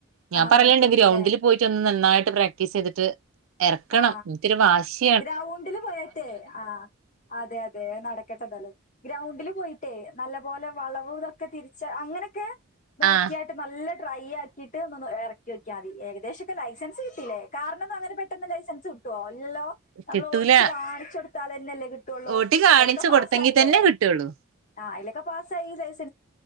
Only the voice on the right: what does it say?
ഞാൻ
പറയുണ്ടെങ്ക
ഗ്രൗണ്ടിൽ പോയിട്ട ഒന്നും നന്നായിട്ട് പ്രാക്ടീസ് ചെയ്തിട്ട് ഇറക്കണം
ഇൻത്തൊരു വാശി
ആഹ്
കിട്ടൂല
ഓട്ടി കാണിച്ചു
കൊടുത്തെങ്കി തന്നെ കിട്ടുള്ളൂ